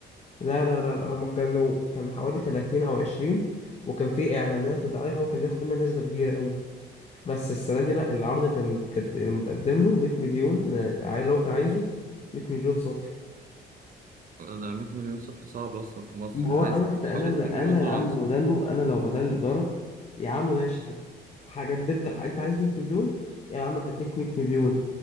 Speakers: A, on the left; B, on the right.
A: لا لا لا لا هما كانوا كان حوالي 30 او 20 وكان في اعلانات ودعايات هو كان ياخد منها نسبة كبيرة قوي بس السنة دي لا العرض كان مت- كان متقدم له 100 مليون آه، اللي هو كان عايزه 100 مليون صافي
B: ده 100 مليون صف صعب اصلا في مصر
A: ما
B: يعني
A: هو انا
B: عايز
A: الت- انا
B: حوالي
A: اللي
B: 2
A: انا يا عم
B: مليون
A: بداله
B: دولار
A: انا لو بدل الإدارة يا عم ماشي هد- هجدد لك انت عايز 100 مليون يا عم هديك 100 مليون